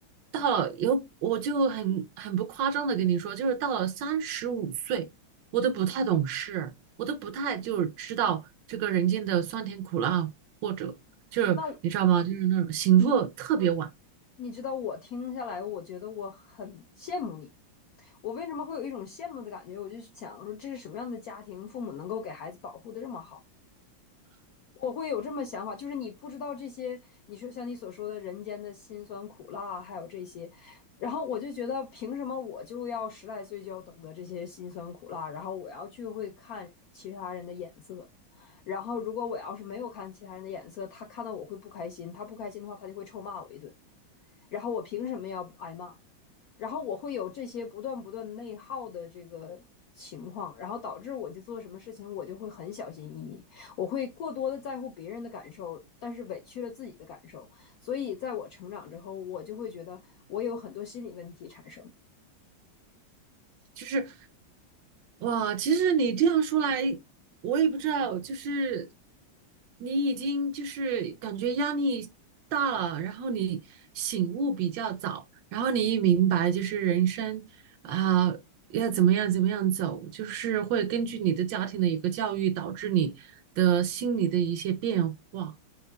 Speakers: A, on the right (about 75°); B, on the left (about 70°).
A: 到了有我就很很不夸张的跟你说，就是到了三十五岁，我都不太懂事，我都不太就是知道这个人间的酸甜苦辣，或者就是你知道吗？
B: 那
A: 就是那种醒悟特别晚，
B: 你你知道我听下来，我觉得我很羡慕你。我为什么会有一种羡慕的感觉？我就想说，这是什么样的家庭，父母能够给孩子保护的这么好？我会有这么想法，就是你不知道这些，你说像你所说的人间的辛酸苦辣，还有这些，然后我就觉得，凭什么我就要十来岁就要懂得这些辛酸苦辣？然后我要去会看其他人的眼色，然后如果我要是没有看其他人的眼色，他看到我会不开心，他不开心的话，他就会臭骂我一顿，然后我凭什么要挨骂？然后我会有这些不断不断内耗的这个情况，然后导致我就做什么事情我就会很小心翼翼，我会过多的在乎别人的感受，但是委屈了自己的感受。所以在我成长之后，我就会觉得我有很多心理问题产生。
A: 就是。哇，其实你这样说来，我也不知道，就是你已经就是感觉压力大了，然后你醒悟比较早，然后你一明白就是人生啊，要怎么样怎么样走，就是会根据你的家庭的一个教育，导致你的心理的一些变化，